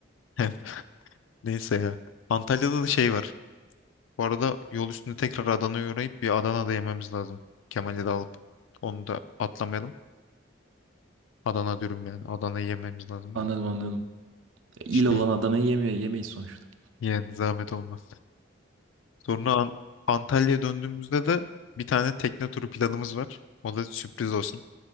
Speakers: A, on the left; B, on the right.
A: <laughs> Neyse ya. Antalya'da da şey var. Bu arada yol üstünde tekrar Adana'ya uğrayıp bir Adana'da yememiz lazım. Kemal'i de alıp onu da atlamayalım. Adana dürüm yani. Adana'yı yememiz lazım.
B: Anladım anladım. İl
A: Şey
B: olan Adana'yı yemiyor yemeyiz sonuçta.
A: yani zahmet olmaz. Sonra An- Antalya'ya döndüğümüzde de bir tane tekne turu planımız var. O da sürpriz olsun.